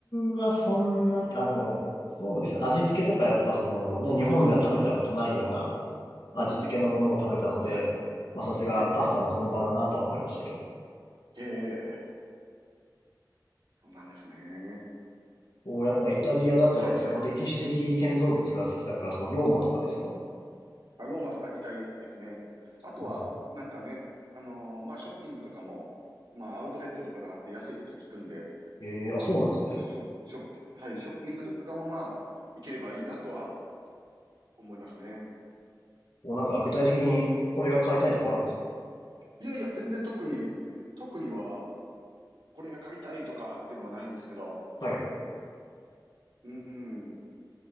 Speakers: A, on the left; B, on the right.
A: はそんなに、あ、でも、そうですね。味付けとかやっぱそのね、日本では食べたことないような味付けのものも食べたので、
B: うん、はい、
A: まあさすがパスタの本場だなとは思いましたけど。
B: はい。ええ、そうなんですね。
A: おやっぱイタリアだと、
B: はい。
A: その歴史的建造物が好きだから、そのローマとかですか
B: あ、ローマとか行きたいですね。あとは、
A: うん
B: なんかね、あのーまあ、ショッピングとかも、まあ、アウトレットとかがあって安いって聞くんで、
A: ええーあ、そうなんですね。
B: ショ、ショッピ、はい、ショッピングとかもまあ、行ければいいなとは思いますね。
A: お、なんか具体的にこれが買いたいとかあるんですか
B: いやいや、全然特に、特には、これが買いたいとかっていうのはないんですけど、
A: はい。う
B: うん、